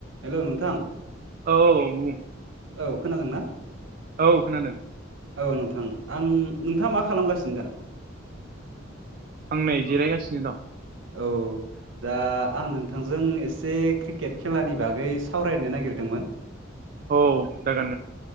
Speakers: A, on the right; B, on the right.
A: Hello नोंथां
B: औ औ बुं
A: औ खोनादोंना
B: औ खोनादों
A: औ नोंथां आं नोंथाङा मा खालामगासिनो दा?
B: आं नै जिरायगासिनो दं।
A: औ। दा आं नोंथांजों एसे क्रिकेट खेलानि बागै सावरायनो नागिरदोंमोन
B: औ जागोन नों